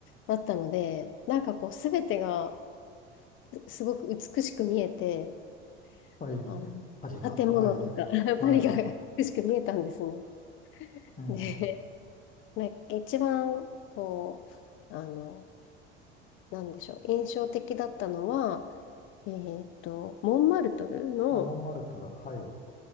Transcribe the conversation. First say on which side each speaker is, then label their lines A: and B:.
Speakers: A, on the left; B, on the left.
A: だったので、なんかこう、すべてがすごく美しく見えて、
B: はい、
A: あの、
B: 針が、
A: 建物とか、
B: はい、
A: <laughs>
B: はい、
A: パリが美しく見えたんですね。
B: ええ、
A: で、なんか一番、こう、あの、なんでしょう、印象的だったのは、えーっと、モンマルトルの、
B: あ、モンマルトル、はい、